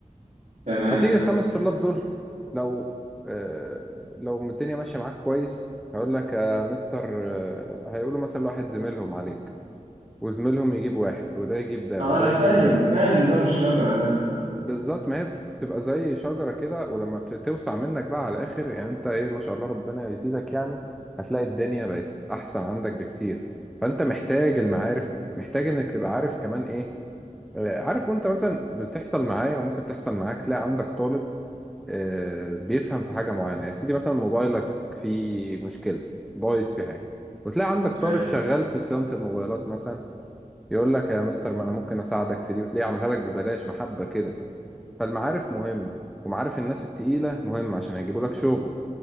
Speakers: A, on the right; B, in the centre.
A: تمام
B: هتيجي الخمس طلاب دول لو آه لو الدنيا ماشية معاك كويس هقول لك يا مستر آه هيقولوا مثلا لواحد زميلهم عليك وزميلهم يجيب واحد وده يجيب ده
A: اه
B: وده
A: انا فاهم
B: يجيب ده
A: فاهم نظام الشجرة ده
B: بالظبط ما هي بتبقى زي شجرة كده ولما بتوسع منك بقى على الآخر يعني أنت إيه ما شاء الله ربنا يزيدك يعني هتلاقي الدنيا بقت أحسن عندك بكتير فأنت محتاج المعارف محتاج إنك تبقى عارف كمان إيه آه، عارف وأنت مثلا بتحصل معايا وممكن تحصل معاك تلاقي عندك طالب آه، بيفهم في حاجة معينة يا سيدي مثلا موبايلك فيه مشكلة بايظ في حاجة وتلاقي عندك طالب
A: ايوه
B: شغال في صيانة الموبايلات مثلا يقول لك يا مستر ما أنا ممكن أساعدك في دي وتلاقيه عملها لك ببلاش محبة كده فالمعارف مهمة ومعارف الناس التقيلة مهمة عشان هيجيبوا لك شغل